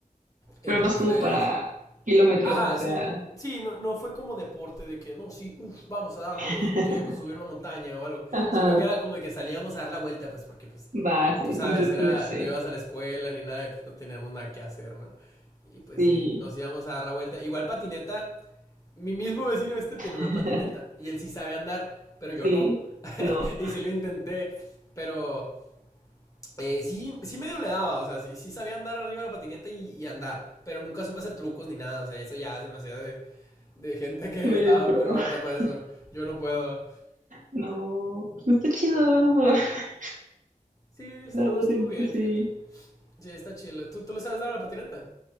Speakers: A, on the left (about 25°); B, on the right (about 65°).
A: Entonces,
B: Pero más como para kilómetros,
A: ajá,
B: o sea,
A: sí, sí, no, no fue como deporte de que, no, sí, uff, vamos a darle,
B: <laughs>
A: de que pues, subir una montaña o algo,
B: ajá,
A: sino que era como de que salíamos a dar la vuelta, pues porque, pues,
B: va, sí,
A: tú sabes,
B: entretenerse,
A: era, no ibas a la escuela ni nada, pues no teníamos nada que hacer, ¿no? Y pues
B: sí,
A: sí, nos íbamos a dar la vuelta. Igual patineta, mi mismo vecino este tenía una
B: <laughs>
A: patineta y él sí sabe andar, pero yo
B: sí,
A: no. <laughs>
B: no,
A: Y sí lo intenté, pero eh, sí, sí medio le daba, o sea, sí, sí sabía andar arriba de la patineta y, y andar, pero nunca supe hacer trucos ni nada, o sea, eso ya se me hacía de, de gente que
B: medio
A: estaba
B: pro,
A: muy rota para
B: <laughs>
A: eso. Yo no puedo.
B: no, pues está chido, <laughs>
A: Sí, estuvo,
B: la patineta,
A: estuvo bien,
B: sí.
A: fíjate. Sí, está chido. ¿Tú, ¿Tú le sabes dar a la patineta?